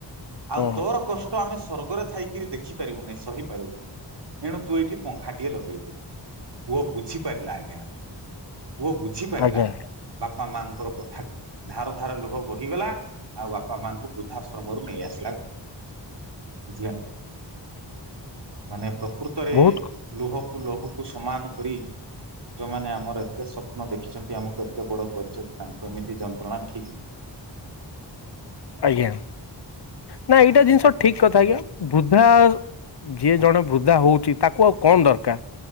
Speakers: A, on the right; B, on the left.
A: ଆଉ
B: ହୁଁ
A: ତୋର କଷ୍ ତ ଆମେ ସ୍ଵର୍ଗରେ ଥାଇକିରି ଦେଖିପାରିବୁନି ସହିପାରିବୁନି। ଏଣୁ ତୁ ଏଇଠି ପଙ୍ଖା ଟିଏ ଲଗେଇଦେ, ପୁଅ ବୁଝିପାରିଲା ଆଜ୍ଞା। ପୁଅ ବୁଝିପାରିଲା
B: ଆଜ୍ଞା
A: ବାପା ମାଙ୍କର କଥାକୁ। ଧାର ଧାର ଲୁହ ବୋହିଗଲା ଆଉ ବାପା ମାଙ୍କୁ ବୃଦ୍ଧାଶ୍ରମରୁ ନେଇ ଆସିଲା <unintelligible> ମାନେ ପ୍ରକୃତରେ
B: ବହୁତ
A: ଲୁହକୁ ଲହୁକୁ ସମାନ କରି ଯୋଉମାନେଆ ଆମର ଏତେ ସ୍ୱପ୍ନ ଦେଖିଛନ୍ତି ଆମକୁ ଏତେ ବଡ କରିଛନ୍ତି ତାଙ୍କୁ ଏମିତି ଯନ୍ତ୍ରଣା ଠିକ୍ ନୁ
B: ଆଜ୍ଞା, ନା ଏଇଟା ଜିନିଷ ଠିକ କଥା କି ବୁଦ୍ଧା ଯିଏ
A: ହଁ
B: ଜଣେ ବୃଦ୍ଧା ହଉଛି ତାକୁ ଆଉ କଣ ଦରକାର,